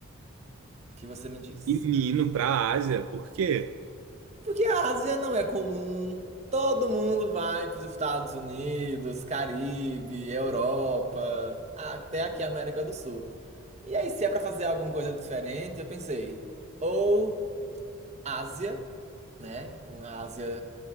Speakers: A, on the right; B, on the right.
A: O que você me diz?
B: Menino, para a Ásia, por quê?
A: Porque a Ásia não é comum. Todo mundo vai para os Estados Unidos, Caribe, Europa, até aqui a América do Sul. E aí, se é pra fazer alguma coisa diferente, eu pensei, ou Ásia, né? Uma Ásia,